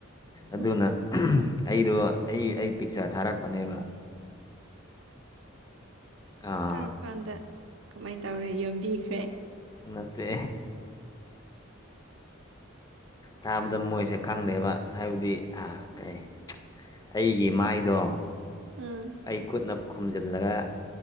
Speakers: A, on the right (about 65°); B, on the left (about 20°).
A: ꯑꯥ
B: ꯑꯗꯨꯅ ꯑꯩꯗꯣ ꯑꯩ ꯑꯩ ꯄꯤꯛꯆꯔ ꯊꯥꯔꯛꯄꯅꯦꯕ ꯑꯥ
A: ꯊꯥꯔꯛꯄ ꯀꯥꯟꯗ ꯀꯃꯥꯏꯅ ꯇꯧꯔꯦ ꯌꯣꯟꯝꯕꯤꯈ꯭ꯔꯦ
B: ꯅꯠꯇ ꯇꯥꯕꯗ ꯃꯣꯏꯁꯦ ꯈꯪꯗꯦꯕ ꯍꯥꯏꯕꯗꯤ ꯑꯥ ꯀꯩ ꯑꯩꯒꯤ ꯃꯥꯏꯗꯣ
A: ꯎꯝ
B: ꯑꯩ ꯈꯨꯠꯅ ꯈꯨꯝꯖꯤꯜꯂꯒ